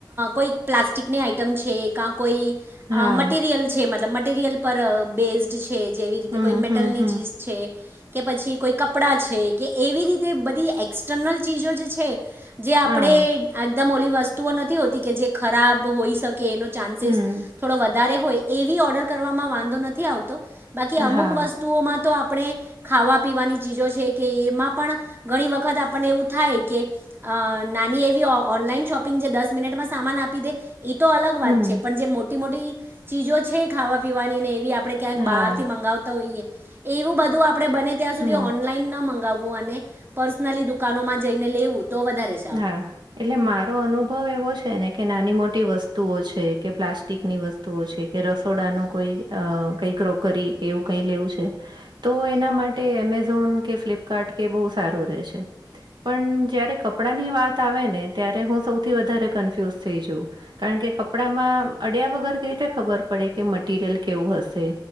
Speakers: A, on the right (about 30°); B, on the right (about 70°).
A: કોઈ પ્લાસ્ટિકની આઈટમ છે કા કોઈ
B: હા
A: મટીરિયલ છે મતલબ મટરિયલ પર બેઝડ છે છે જેવી રીતે
B: હમ
A: કોઈ મેટલની
B: હમ હમ
A: ચીઝ છે કે પછી કોઈ ક કપડાં છે કે એવી રીતે બધી એક્સટર્નલ ચીજો જે છે જે આપણે
B: હા
A: એકદમ ઓલી વસ્તુઓ નથી હોતી કે જે ખરાબ હોઈ શકે એનો ચાન્સીસ
B: હમ,
A: થોડો વધારે હોય એવી ઓર્ડર વાંધો નથી આવતો બાકી
B: હા,
A: અમુક વસ્તુઓમાં તો આપણે ખાવા પીવાની ચીજો છે કે એમાં પણ ઘણી વખત આપને એવું થાય કે અ નાની એવી ઓનલાઈન શોપિંગ જે દસ મિનિટમાં સામાન આપી દે એ તો અલગ
B: હમ,
A: વાત છે પણ જે મોટી મોટી ચીજો છે ખાવા પીવાની ને એવી આપણે આપણે
B: હા,
A: બારથી મંગાવતા હોઈએ એવું બધું આપડે બને ત્યાં
B: હમ,
A: સુધી ઓનલાઈન મંગાવું અને પર્સનલી દુકાનોમાં જઈને લેવું તો વધારે સારું
B: હા એટલે મારો અનુભવ એવો છે ને કે નાની મોટી વસ્તુઓ છે કે પ્લાસ્ટિકની વસ્તુઓ છે કે રસોડાનો કોઈ અ કઈક ક્રોકરી કે એવું ક લેવું છે તો એના માટે એમેઝોન કે ફ્લિપકાર્ટ કે બઉ સારું રહે છે પણ જ્યારે કપડાની વાત આવે ને ત્યારે હું સૌથી વધારે કન્ફ્યુઝ થઈ જાઉ કારણ કે કપડામાં અડ્યા વગર કેવી રીતે ખબર પડે કે મટીરિયલ કેવું હશે